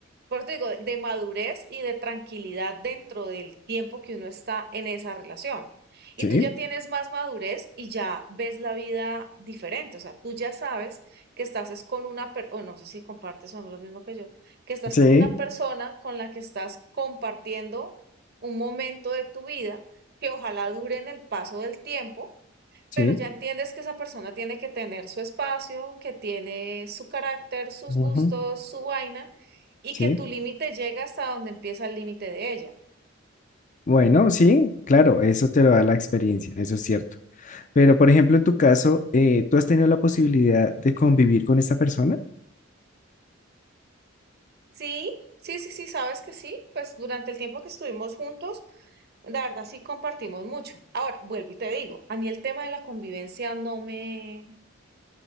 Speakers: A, on the right; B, on the left.
A: por eso te digo, de madurez y de tranquilidad dentro del tiempo que uno está en esa relación. Y
B: sí,
A: tú ya tienes más madurez y ya ves la vida diferente, o sea, tú ya sabes que estás es con una per persona, no sé si compartes o no lo mismo que yo, que estás
B: sí,
A: con una persona con la que estás compartiendo un momento de tu vida que ojalá dure en el paso del tiempo
B: sí,
A: pero ya entiendes que esa persona tiene que tener su espacio, que tiene su carácter, sus
B: ujú,
A: gustos, su vaina, y
B: sí.
A: que tu límite llega hasta donde empieza el límite de ella.
B: Bueno, sí, claro, eso te lo da la experiencia, eso es cierto. Pero, por ejemplo, en tu caso, eh, ¿tú has tenido la posibilidad de convivir con esta persona?
A: Sí, sí, sí, sí, sabes que sí. Pues durante el tiempo que estuvimos juntos, la verdad sí compartimos mucho. Ahora, vuelvo y te digo, a mí el tema de la convivencia no me,